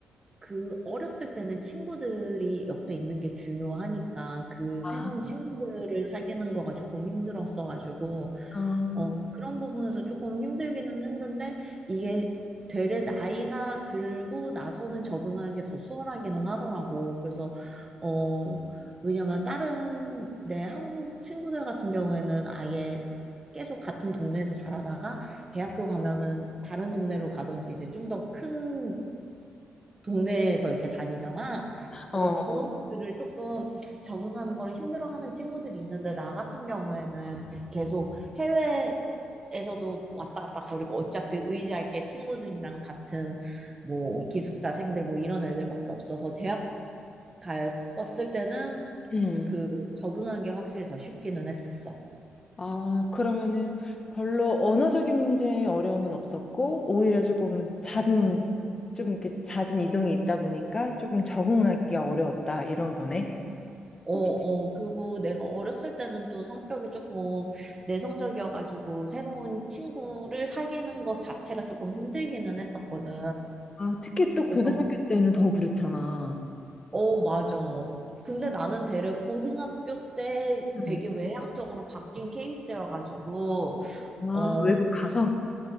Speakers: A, on the right (about 20°); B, on the left (about 25°).
A: 그 어렸을 때는 친구들이 옆에 있는 게 중요하니까 그
B: 아,
A: 새로운 친구들을 사귀는 거가 조금 힘들었어가지고
B: 어,
A: 어, 그런 부분에서 조금 힘들기는 했는데, 이게 되레 나이가 들고 나서는 적응하는 게 더 수월하기는 하더라고. 그래서, 어, 왜냐면 다른 내 한국 친구들 같은 경우에는 아예 계속 같은 동네에서 자라다가 대학교
B: 그치.
A: 가면은 다른 동네로 가든지 이제 좀더큰 동네에서 이렇게 다니잖아.
B: 어,
A: 그래서
B: 어.
A: 그런 것들을 조금 적응하는 걸 힘들어하는 친구들이 있는데 나 같은 경우에는 계속 해외에서도 왔다 갔다 거리고 어차피 의지할 게 친구들이랑 같은 뭐 기숙사생들 뭐 이런 애들밖에 없어서 대학 갔었을 때는
B: 음.
A: 그 적응한 게 확실히 더 쉽기는 했었어.
B: 아, 그러면은 별로 언어적인 문제에 어려움은 없었고 오히려 조금 잦은 좀 이렇게 잦은 이동이 있다 보니까 조금 적응하기가 어려웠다 이런 거네.
A: 어,
B: 혹
A: 어, 그리고 내가 어렸을 때는 또 성격이 조금 내성적이어가지고 새로운 친구를 사귀는 것 자체가 조금 힘들기는 했었거든.
B: 아, 특히 또 고등학교
A: 그래서,
B: 때는 더 그렇잖아.
A: 어, 맞아. 근데 나는 되레 고등학교 때
B: 음.
A: 되게 외향적으로 바뀐 케이스여가지고,
B: 아,
A: 어,
B: 외국 가서?